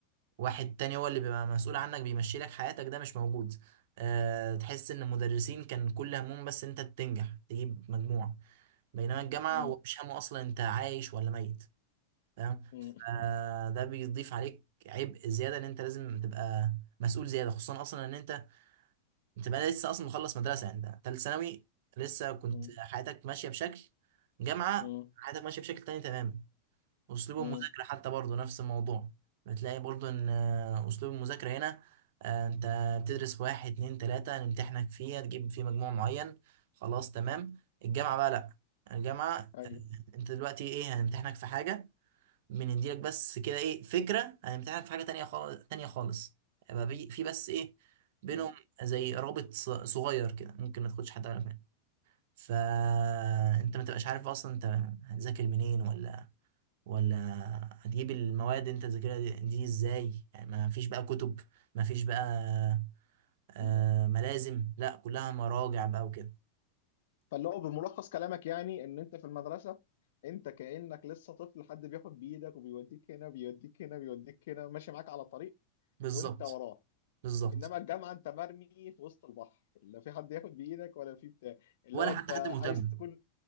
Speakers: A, on the right; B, on the left.
A: واحد تاني هو اللي بيبقى مسؤول عنك بيمشي لك حياتك ده مش موجود أه تحس ان المدرسين كان كل همهم بس انت تنجح تجيب مجموع بينما الجامعه
B: مم.
A: هو مش همه اصلا انت عايش ولا ميت تمام
B: مم.
A: فده بيضيف عليك عبء زياده ان انت لازم تبقى مسؤول زياده خصوصا اصلا ان انت انت بقى لسه اصلا مخلص مدرسه يعني انت ثالث ثانوي لسه كنت
B: مم.
A: حياتك ماشيه بشكل جامعه
B: مم.
A: حياتك ماشيه بشكل تاني تماما اسلوب
B: مم.
A: المذاكره حتى برضه نفس الموضوع بتلاقي برضه ان آه، اسلوب المذاكره هنا آه، انت بتدرس واحد اتنين تلاته نمتحنك فيه تجيب فيه مجموع معين خلاص تمام الجامعه بقى لا الجامعه
B: ايوه
A: آه، انت دلوقتي ايه هنمتحنك في حاجه بنديلك بس كده ايه فكره هنمتحنك في حاجه تانية خالص تانية خالص يبقى بي- في بس ايه بينهم
B: مم.
A: زي رابط ص- صغير كده ممكن ما تاخدش حتى بالك منه فانت ما تبقاش عارف اصلا انت هتذاكر منين ولا ولا هتجيب المواد انت تذاكرها دي دي ازاي يعني ما فيش بقى كتب ما فيش بقى آه
B: مم.
A: ملازم لا كلها مراجع بقى وكده
B: فاللي هو بملخص كلامك يعني ان انت في المدرسه انت كانك لسه طفل حد بياخد بايدك وبيوديك هنا بيوديك هنا بيوديك هنا ماشي معاك على طريق
A: بالظبط
B: وانت وراه
A: بالظبط
B: انما الجامعه انت مرمي في وسط البحر لا في حد ياخد بايدك ولا في بتاع اللي
A: ولا
B: هو انت
A: حتى حد مهتم
B: عايز تكون